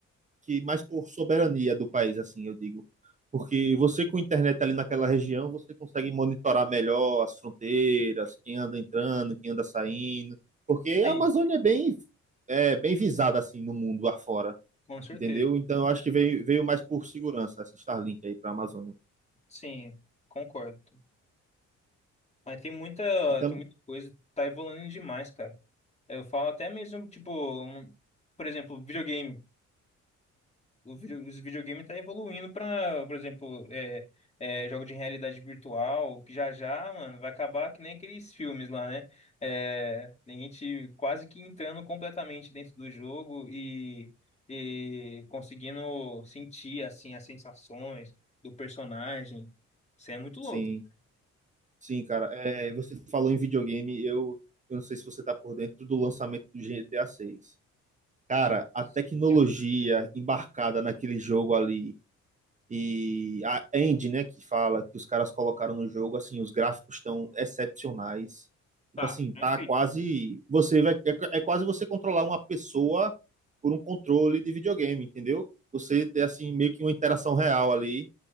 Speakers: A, on the right; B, on the left.
A: que mais por soberania do país, assim, eu digo. Porque você com internet ali naquela região, você consegue monitorar melhor as fronteiras, quem anda entrando, quem anda saindo. Porque
B: Sim,
A: a Amazônia é bem, é, bem visada, assim, no mundo afora,
B: com certeza.
A: entendeu? Então eu acho que veio, veio mais por segurança essa Starlink aí para a Amazônia.
B: Sim, concordo. Mas tem muita,
A: Então,
B: tem muita coisa. Tá evoluindo demais, cara. Eu falo até mesmo, tipo, um- por exemplo, videogame. o vídeo, os videogames tá evoluindo para, por exemplo, é, é, jogo de realidade virtual, que já já, mano, vai acabar que nem aqueles filmes lá, né? É, a gente quase que entrando completamente dentro do jogo e, e conseguindo sentir, assim, as sensações do personagem. Isso é muito louco.
A: sim, sim, cara. É, você falou em videogame, eu, eu não sei se você tá por dentro do lançamento do GTA 6. Cara,
B: Nossa,
A: a tecnologia
B: que artigo, velho.
A: embarcada naquele jogo ali e a Andy, né, que fala que os caras colocaram no jogo, assim, os gráficos estão excepcionais. Tipo
B: Tá,
A: assim,
B: tá
A: tá
B: incrível.
A: quase você vai é, é quase você controlar uma pessoa por um controle de videogame, entendeu? Você ter assim meio que uma interação real ali